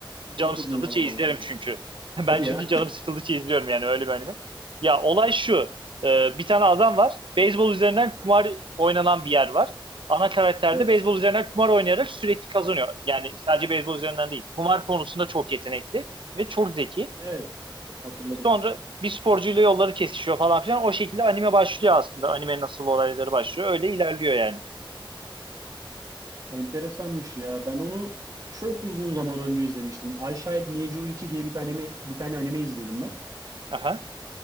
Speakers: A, on the right; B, on the right.
A: Çok
B: canım sıkıldıkça
A: uzun zaman
B: izlerim
A: oldu aynen.
B: çünkü. <laughs> Ben
A: Hadi
B: çünkü
A: ya.
B: canım sıkıldıkça izliyorum yani öyle bir anime. Ya olay şu. Ee, bir tane adam var. Beyzbol üzerinden
A: <laughs>
B: kumar oynanan bir yer var. Ana karakter
A: Evet.
B: de beyzbol üzerinden kumar oynayarak sürekli kazanıyor. Yani sadece beyzbol üzerinden değil. Kumar konusunda çok yetenekli ve çok zeki.
A: Evet. Hatırladım.
B: Sonra bir sporcuyla yolları kesişiyor falan filan. O şekilde anime başlıyor aslında. Anime nasıl olayları başlıyor. Öyle ilerliyor yani.
A: Enteresanmış ya. Ben onu çok uzun zaman önce izlemiştim. I Shall Need You 2 diye bir tane bir tane anime izliyordum ben.
B: Aha.